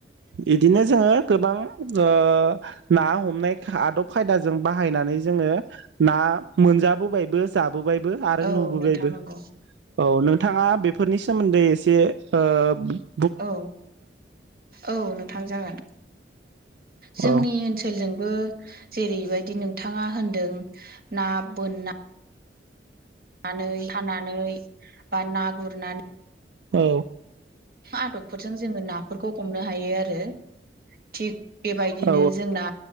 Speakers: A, on the right (about 85°); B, on the right (about 55°).
A: बिदिनो जोङो गोबां ओ ना हमनाय आदब खायदाजों बाहायनानै जोङो ना मोनजाबोबायबो जा बोबायबो आरो
B: औ
A: नुबोबायबो
B: नोंथां नंगौ
A: औ नोंथांङा फोरनि सोमोन्दै एसे ओ बु
B: औ औ नोंथां जागोन जोंनि
A: औ
B: ओनसोलजोंबो जेरैबायदि नोंथाङा होनदों ना बोनना नानै सानानै बा ना गुरनानै
A: औ
B: आदबफोरजों जोङो नाफोरखौ हमनो हायो आरो थिग बेबायदिनो
A: औ
B: जोंना